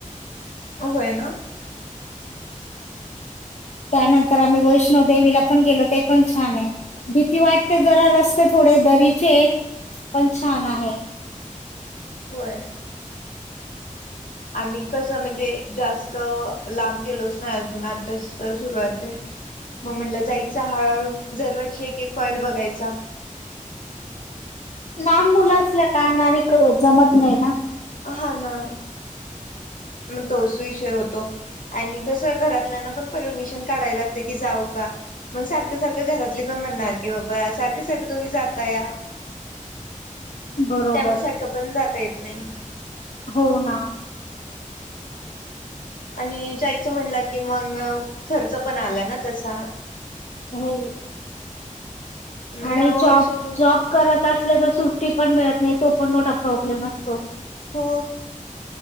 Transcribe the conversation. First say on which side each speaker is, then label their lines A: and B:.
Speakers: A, on the left; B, on the left.
A: होय ना.
B: त्या नंत तर आम्ही वैष्णोदेेवीला पण गेलो ते पण छान आहे भीती वाटते जरा रस्ते थोडे दरीचे पण छान आहे
A: होय. आम्ही कसं म्हणजे जास्त लांब गेलोच ना अजून आता सुरुवात आहे मग म्हटलं जायच हळूहळू दर वर्षी एक एक पॉईंट बघायचा
B: लहान मुलं असल्या का आणि जमत नाही ना
A: हा ना. मग तोच विषय होतो आणि कस घरातल्यांना पण परमिशन काढायला लागते की जाऊ का मग सारखं सारखं घरातली पण म्हणणार की बाबा सारखं सारखं तुम्ही जाताया
B: बरोबर
A: त्यामुळेसारखं पण जाता येत नाही.
B: हो ना.
A: आणि जायचं म्हणलं की मग खर्च पण आला ना तसा
B: हो.
A: मग
B: आणि
A: त्यामुळे
B: जॉब,
A: वर्षातून
B: जॉब करत असले तर सु्टी पण मिळत नाही तो पण मोठा प्रॉब्लेम असतो
A: हो